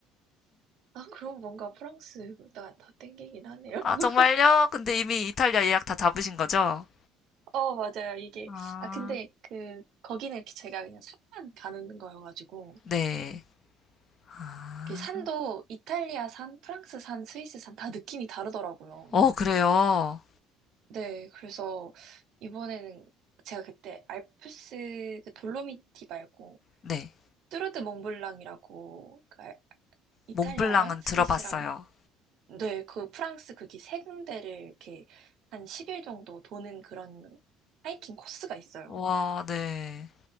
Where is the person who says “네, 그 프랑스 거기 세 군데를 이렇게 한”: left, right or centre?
Right